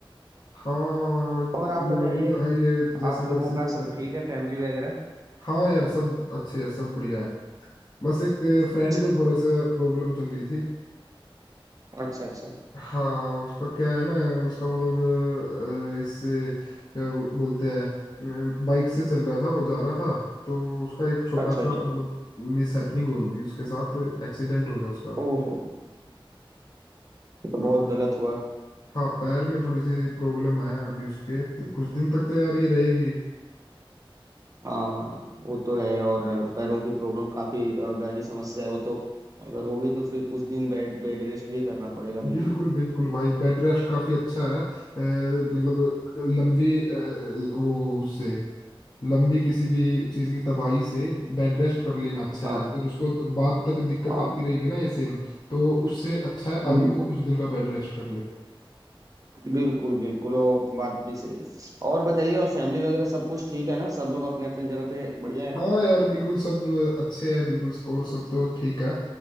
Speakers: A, on the left (about 50°); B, on the right (about 35°).
A: हाँ
B: और
A: क-
B: आप
A: यार
B: बताइए
A: ये तो है ही है जैसे
B: आप लोगों
A: घर से
B: का
A: दूर
B: सब
A: रहते
B: ठीक है फैमिली वगैरह
A: हाँ यार सब अच्छे है सब बढ़िया है बस एक फ्रेंड
B: अच्छा
A: को थोड़ा सा प्रॉब्लम चल रही थी
B: अच्छा अच्छा
A: हाँ उसका क्या है ना उसका मतलब अ, इससे क्या बो- बोलते हैं बाइक से चल रहा था वो जा रहा था तो उसका एक छोटा
B: अच्छा
A: सा
B: अच्छा
A: मतलब मिस हैपनिंग होगी उसके साथ एक्सीडेंट हो गया उसका
B: ओहो ये तो बहुत
A: तो
B: गलत हुआ
A: हाँ पैर में थोड़ी सी प्रॉब्लम है अभी उसके कुछ दिन तक तो यार ये रहेगी
B: हाँ हाँ वो तो है और पैरों की प्रॉब्लम काफी अ, गहरी समस्या है वो तो अगर हो गई तो फिर कुछ दिन बेड बेड रेस्ट भी करना पड़ेगा मे
A: बिल्कुल
B: भी
A: बिल्कुल भाई बेड रेस्ट काफी अच्छा है अ, मतलब लंबी अ, वो उससे लंबी किसी भी चीज की तबाही से बेड रेस्ट कर लेना अच्छा
B: हाँ
A: है अगर उसको बाद तक दिक्कत
B: हाँ
A: आती रहेगी ना ये सेम तो उससे अच्छा है
B: बिल्कुल
A: अभी वो कुछ दिन का बेड रेस्ट कर ले
B: बिल्कुल बिल्कुल वो बात भी सही है और बताइए और फैमिली वगैरह सब कुछ ठीक है ना सब लोग अपने अपने जगह पे बढ़िया है
A: हाँ यार बिल्कुल सब अच्छे हैं बिल्कुल और सब तो ठीक है